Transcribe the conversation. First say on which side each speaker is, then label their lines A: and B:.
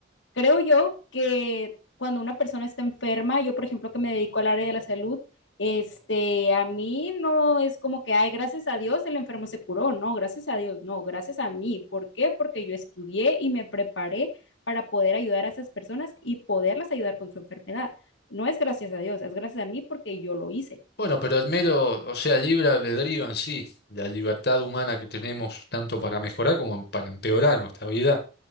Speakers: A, on the left; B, on the left.
A: creo yo que cuando una persona está enferma, yo por ejemplo que me dedico al área de la salud, este, a mí no es como que, ay, gracias a Dios el enfermo se curó, no, gracias a Dios, no, gracias a mí. ¿Por qué? Porque yo estudié y me preparé para poder ayudar a esas personas y poderlas ayudar con su enfermedad. No es gracias a Dios, es gracias a mí porque yo lo hice.
B: Bueno, pero el mero, o sea, el libre albedrío en sí, la libertad humana que tenemos tanto para mejorar como para empeorar nuestra vida